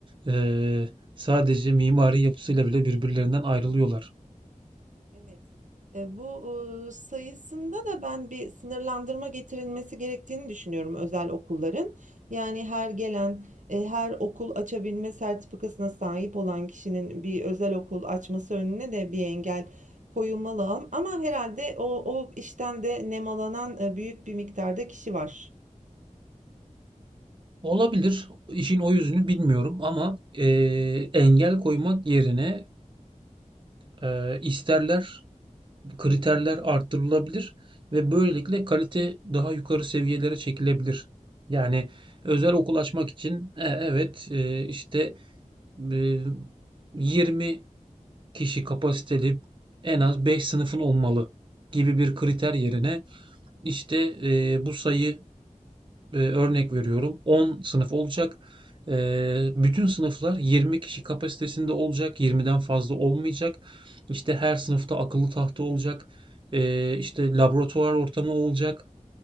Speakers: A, on the right; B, on the right.
A: e, sadece mimari yapısıyla bile birbirlerinden ayrılıyorlar.
B: Evet. E, bu e, sayısında da ben bir sınırlandırma getirilmesi gerektiğini düşünüyorum özel okulların. Yani her gelen, e, her okul açabilme sertifikasına sahip olan kişinin bir özel okul açması önüne de bir engel koyulmalı ama herhalde o, o işten de nemalanan e, büyük bir miktarda kişi var.
A: Olabilir. İşin o yüzünü bilmiyorum ama e, engel koymak yerine e, isterler, kriterler arttırılabilir ve böylelikle kalite daha yukarı seviyelere çekilebilir. Yani özel okul açmak için e, evet e, işte e, 20 kişi kapasiteli en az 5 sınıfın olmalı gibi bir kriter yerine işte e, bu sayı e, örnek veriyorum 10 sınıf olacak. E, bütün sınıflar 20 kişi kapasitesinde olacak. yirmiden fazla olmayacak. İşte her sınıfta akıllı tahta olacak. E, işte laboratuvar ortamı olacak.